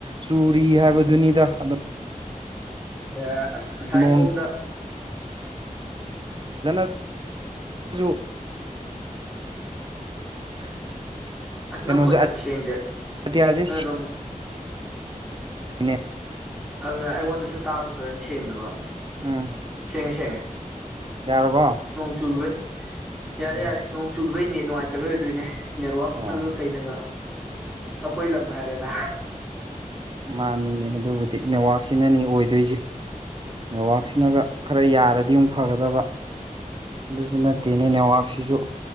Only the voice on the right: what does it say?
ꯆꯨꯔꯤ ꯍꯥꯏꯕꯗꯨꯅꯤꯗ ꯑꯗꯨꯝ꯫
ꯅꯣꯡꯁꯦ
ꯐꯖꯅꯁꯨ <unintelligible> ꯀꯩꯅꯣꯁꯦ
ꯑꯇꯤꯌꯥꯁꯦ
ꯑꯩꯅꯦ
ꯎꯝ
ꯌꯥꯔꯕꯣ
ꯎꯝ
ꯑꯣ
ꯃꯥꯅꯤꯅꯦ ꯑꯗꯨꯕꯨꯗꯤ ꯅꯦꯠꯋꯥꯛ ꯑꯁꯤꯅꯅꯤ ꯑꯣꯏꯗꯣꯏꯁꯦ ꯅꯦꯠꯋꯔꯥꯛꯁꯤꯅꯒ ꯈꯔ ꯌꯥꯔꯗꯤ ꯗꯤꯝ ꯐꯒꯗꯕ ꯑꯗꯨꯁꯨ ꯅꯠꯇꯦꯅꯦ ꯅꯦꯠꯋꯥꯛꯁꯤꯁꯨ